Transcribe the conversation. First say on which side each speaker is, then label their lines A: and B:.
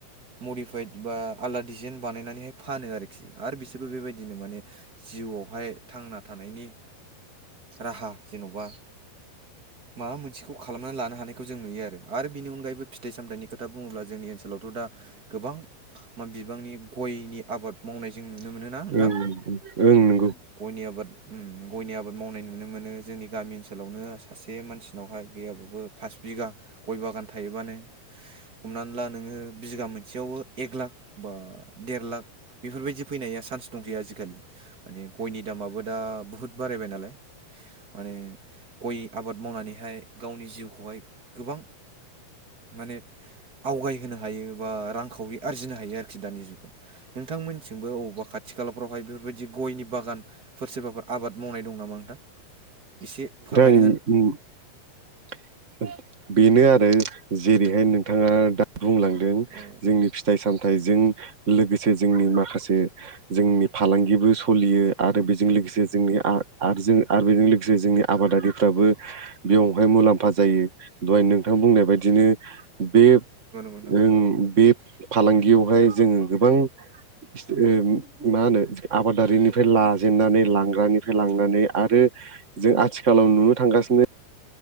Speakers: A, on the right; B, on the right.
A: मडिफाइद बा आलदा डिजाइन बानायनानैहाय फानो आरोखि आरो बिसोरबो बेबायदि दिनै माने जिउआवहाय थांना थानायनि राहा जेन'बा माबा मोनसेखौ खालामनानै लानो हानायखौ जों नुयो आरो बिनि अनगायैबो फिथाइ सामथाइनि खोथा बुङोब्ला जोंनि ओनसोलावथ' दा गोबां बिबांनि गयनि आबाद मावनाय जों नुनो मोनोना नोंथां
B: ओं ओं नंगौ
A: गयनि आबाद- ओम गयनि आबाद मावनाय नुनो मोनो जोंनि गामि ओनसोलावनो। सासे मानसिनावहाय गैयाबाबो फास बिगा गय बागान थायोबानो हमनानै ला नोङो बिगा मोनसेयावबो एक लाख बा देर लाख बेफोरबायदि फैनाय या सान्स दंसै आजिखालि माने गयनि दामाबो दा बुहुत बारायबाय नालाय। माने गय आबाद मावनानैहाय गावनि जिउखौहाय गोबां माने आवगायहोनो हायो बा रांखावरि आरजिनो हायो आरोखि दानि जुगाव नोंथांमोननिथिंबो अबावबा खाथि खालाफ्रावहाय बेफोरबायदि गयनि बागानफोर सोरबाफोर आबाद मावनाय दं नामा नोंथां। एसे फोरमाय
B: <unintelligible> बेनो आरो जेरैहाय नोंथाङा दा बुंलांदों
A: औ
B: जोंनि फिथाइ सामथाइजों लोगोसे जोंनि माखासे जोंनि फालांगिबो सलियो आरो बेजों लोगोसे जोंनि आरो बेजों लोगोसे जोंनि आबादारिफ्राबो बेयाव बेवहाय मुलाम्फा जायो दहाय नोंथां बुंनाय बायदिनो बे ओ
A: बुंनाय
B: बे फालांगियावहाय जो गोबां <unintelligible> मा होनो आबादारिनिफ्राय लाजेननानै लांग्रानिफ्राय लांनानै आरो जों आथि खालाव नुनो थांगासिनो